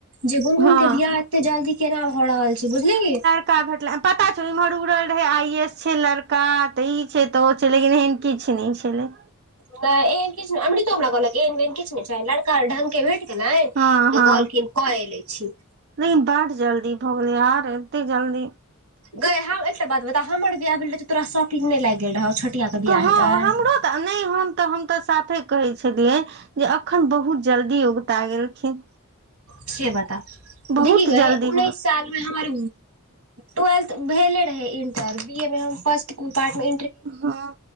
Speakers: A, on the right; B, on the right.
A: जे गुनगुन
B: हँ
A: के बियाह एते जल्दी केना भ रहल छै बुझली।
B: <unintelligible> भेटल पता छौ इमहर उड़ल रहे आई एस छै लड़का तऽ ई छै तऽ ओ छै लेकिन <unintelligible> किछ नहि छलै।
A: नै एहन किछ ने अमृतो हमरा कहलक गै एहन बहिन किछू नहि छय लड़का ढंङके भेट <unintelligible> कहलखिन
B: हँ हँ
A: कएले छी।
B: लेकिन बड जल्दी भऽ गेलै यार एते जल्दी
A: गै एकटा बात बता हमर बियाह भेल रहै तोरा शौकिंग नहि लागि गेल रहौ छोटिया के बियाह
B: तऽ हँ
A: हेतै
B: हमरो तऽ नहि हम तऽ हम तऽ साफे कहै छलियै जे अखन बहुत जल्दी ओगता गेलखिन।
A: से बता
B: बहुत
A: देखी गय
B: जल्दी
A: उन्नैस साल हमर टूवेल्थ भेले रहै इन्टर बी ए मे हम फस्ट पार्ट में
B: हँ